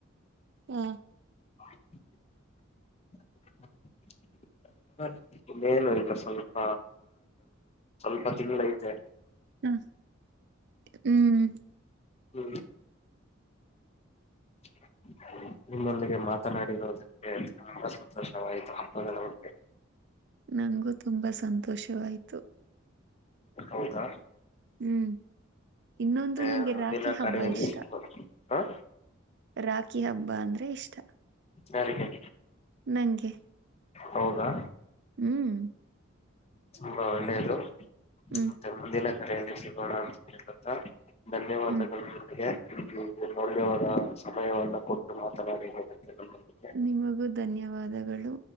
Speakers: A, on the right; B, on the left.
A: ಹಾ
B: <inaudible> ಇನ್ನೇನು ಇಲ್ಲ ಸ್ವಲ್ಪ ಸ್ವಲ್ಪ ತಿಂಗಳು ಐತೆ
A: ಹಾ ಹ್ಮ್
B: ಹ್ಮ <inaudible> ನಿಮ್ಮೊಂದಿಗೆ ಮಾತನಾಡಿರೋದಕ್ಕೆ ತುಂಬಾ ಸಂತೋಷವಾಯಿತು ಹಬ್ಬಗಳ ಬಗ್ಗೆ
A: ನಗೂ ತುಂಬಾ ಸಂತೋಷವಾಯ್ತು
B: ಹೌದಾ
A: ಹ್ಮ್ ಇನ್ನೊಂದು
B: ಮತ್ತೆ
A: ನಂಗೆ
B: ಮುಂದಿನ
A: ರಾಖಿ ಹಬ್ಬ
B: ಕರೆಯಲ್ಲಿ
A: ಇಷ್ಟ
B: ಸಿಗೋಣ ಹಾ
A: ರಾಖಿ ಹಬ್ಬ ಅಂದ್ರೆ ಇಷ್ಟ
B: ಸಾರಕ್ಕೆ
A: ನಂಗೆ
B: ಹೌದಾ
A: ಹ್ಮ್
B: ತುಂಬಾ ಒಳ್ಳೇದು
A: ಹ್ಮ್
B: ಮತ್ತೆ ಮುಂದಿನ ಕರೆಯಲ್ಲಿ ಸಿಗೋಣ ಅಂತ ಹೇಳುತ್ತಾ ಧನ್ಯವಾದಗಳು
A: ಹ್ಮ್
B: ನಿಮಗೆ ಹ್ಮ್ ಮೌಲ್ಯವಾದ ಸಮಯವನ್ನ ಕೊಟ್ಟು ಮಾತನಾಡಿ ಹುತ್ತೆ ನಮ್ಮೊಂದಿಗೆ
A: ನಿಮಗೂ ಧನ್ಯವಾದಗಳು